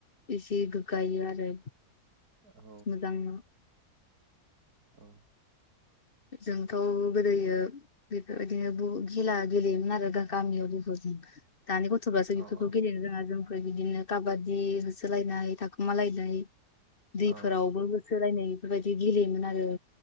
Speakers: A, on the left; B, on the right.
A: एसे गोग्गायो आरो
B: औ
A: मोजां
B: औ।
A: जोंथ' गोदोयो बेफोर बायदिनो बहुत खेला गेलेयोमोन आरो गामियाव बुहुत। <inaudible> दानि गथ'फ्रासो बेफोरखौ
B: औ
A: गेलेनो रोङा जोंफोर बिदिनो काबादि होसोलायनाय थाखोमा लायनाय दैफोरावबो
B: औ
A: होसो लायनाय बेफोर बायदि गेलेयोमोन आरो